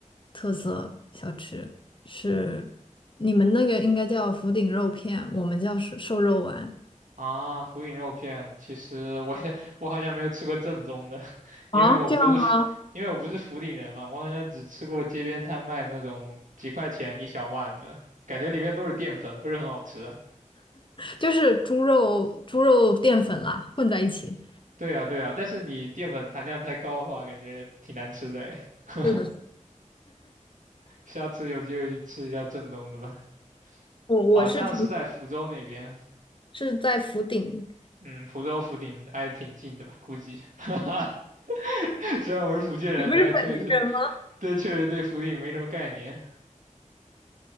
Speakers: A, on the left; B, on the right.
A: 特色小吃，是你们那个应该叫福鼎肉片，我们叫瘦瘦肉丸。
B: 啊，福鼎肉片，其实我也 <laughs> 我好像没有吃过正宗的，<laughs> 因为我不是福因为我不是福鼎人嘛，
A: 啊，这样吗？
B: 我好像只吃过街边摊卖那种几块钱一小碗的，感觉里面都是淀粉，不是很好吃啊。
A: 就是猪肉、猪肉淀粉啦，混在一起。
B: 对呀，对呀，但是你淀粉含量太高的话，感觉挺难吃的诶。<laughs>
A: 是的，
B: 下次有机会去吃一下正宗的吧，
A: 我我是挺
B: 好像是在福州那边。
A: 是在福鼎，
B: 嗯，福州福鼎挨得挺近的吧？估计，<laughs> 虽然我是福建人，
A: 你不是本地人吗？
B: 但是确实，这确实对福鼎没什么概念。